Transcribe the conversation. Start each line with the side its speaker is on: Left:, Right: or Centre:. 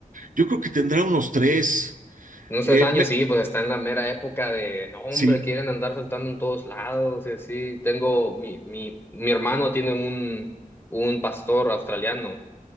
Right: Yo creo que tendrá unos tres.
Left: Unos
Right: eh,
Left: tres años,
Right: me-
Left: sí, pues está en la mera época de, no, hombre,
Right: sí,
Left: quieren andar saltando en todos lados y así. Tengo, mi, mi, mi hermano tiene un, un pastor australiano